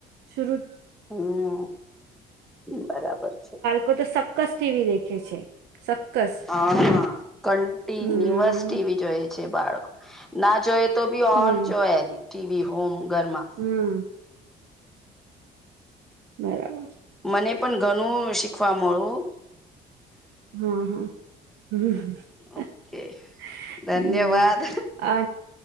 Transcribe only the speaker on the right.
શરૂ
લોકો તો સક્કસ ટીવી દેખે છે. સક્કસ
હમ
હમ
હમ હ બરાબર.
હા હા હ.
અ